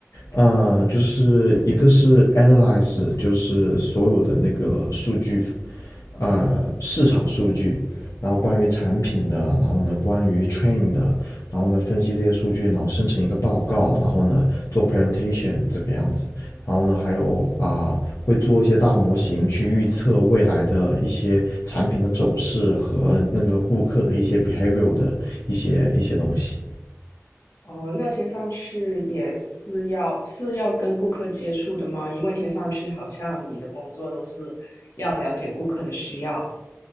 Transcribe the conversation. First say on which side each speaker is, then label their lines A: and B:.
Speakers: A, on the left (about 80°); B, on the left (about 60°).
A: 啊、就是一个是 analyze，就是所有的那个数据呃市场数据，然后关于产品的，然后呢关于 train 的，然后呢分析这些数据，然后生成一个报告，然后呢做 presentation 这个样子，然后呢还有啊、呃会做一些大模型去预测未来的一些产品的走势和那个顾客的一些 behavior 的一些一些东西。
B: 哦，那听上去也是要是要跟顾客接触的吗？因为听上去好像你的工作都是要了解顾客的需要。